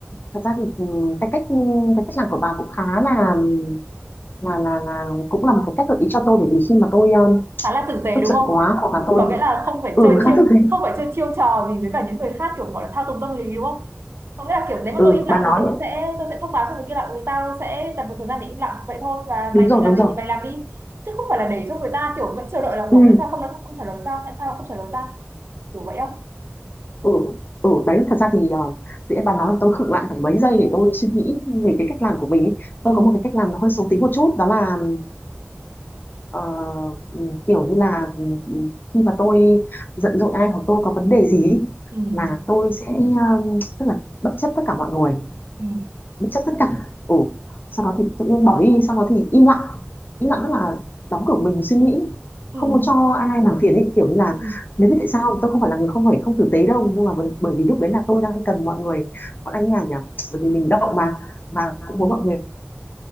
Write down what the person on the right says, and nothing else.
khá là tử tế
đúng
không
có nghĩa là không phải
chơi
chiêu
không phải chơi chiêu trò gì với cả những người khác kiểu gọi là thao túng tâm lý đúng không có nghĩa là kiểu nếu mà
tôi im lặng
thì tôi sẽ tôi sẽ thông báo cho người kia là ừ, tao sẽ cần một thời gian để im lặng vậy thôi và
mày làm
gì
thì mày làm đi chứ không phải là để cho người ta kiểu vẫn chờ đợi là ủa
tại sao không nó không trả lời ta tại sao nó không trả lời ta kiểu vậy không
ừ
ừ
ừ
ừ
ừ